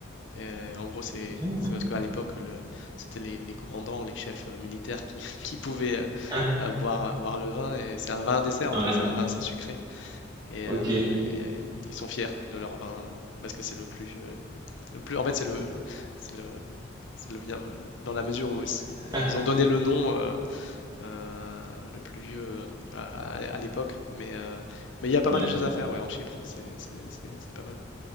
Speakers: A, on the left; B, on the right.
A: Euh, en gros, c'est
B: Oh.
A: c'est parce qu'à l'époque, le- c'était les, les commandants, les chefs euh, militaires qui, <laughs> qui pouvaient euh,
B: Ah,
A: euh, boire, euh, boire le vin. Et c'est un vin à dessert, en
B: ouais,
A: fait. C'est un vin assez sucré. Et,
B: ok.
A: euh, et ils sont fiers de leur vin euh, parce que c'est le plus, euh, le plus. En fait, c'est le, c'est le, c'est le bien dans la mesure où c-
B: <laughs>
A: ils ont donné le nom euh, euh, le plus vieux euh, à, à- à l'époque. Mais euh, mais il y a pas mal
B: Ouais,
A: de choses à faire, ouais, en Chypre. C'est c'est- c'est- c'est pas mal.